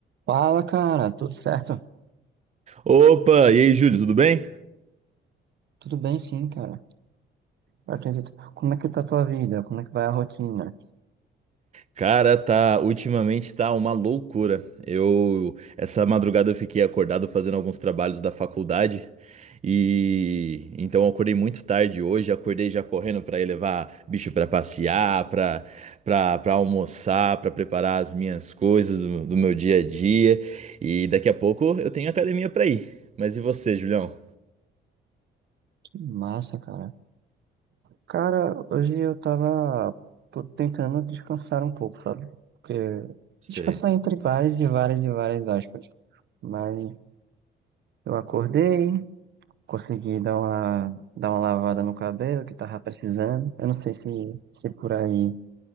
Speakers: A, on the right; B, on the right.
A: Fala, cara, tudo certo?
B: Opa, e aí, Júlio, tudo bem?
A: Tudo bem, sim, cara. Eu Acredito. Como é que tá a tua vida? Como é que vai a rotina?
B: Cara, tá, ultimamente tá uma loucura. Eu, essa madrugada eu fiquei acordado fazendo alguns trabalhos da faculdade e então eu acordei muito tarde hoje, acordei já correndo pra ir levar bicho pra passear, pra para para almoçar, pra preparar as minhas coisas do, do meu dia a dia e daqui a pouco eu tenho academia pra ir. Mas e você, Julião?
A: Que massa, cara. Cara, hoje eu tava. Tô tentando descansar um pouco, sabe? Porque.
B: Sei.
A: Descansar entre várias e várias e várias aspas. Mas eu acordei, consegui dar uma, dar uma lavada no cabelo que tava precisando. Eu não sei se, se por aí.